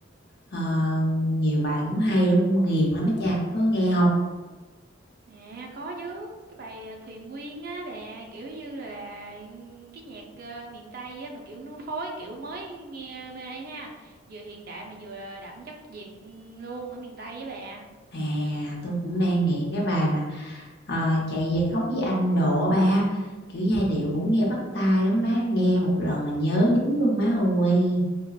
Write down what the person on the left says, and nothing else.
ờ, ờ, nhiều bài cũng hay lắm cũng ghiền lắm á cha có nghe không
à tôi cũng đang nghiện cái bài mà ờ, chạy về khóc với anh đồ á ba ha kiểu giai điệu cũng nghe bắt tai lắm má nghe một lần là nhớ dính luôn má ơi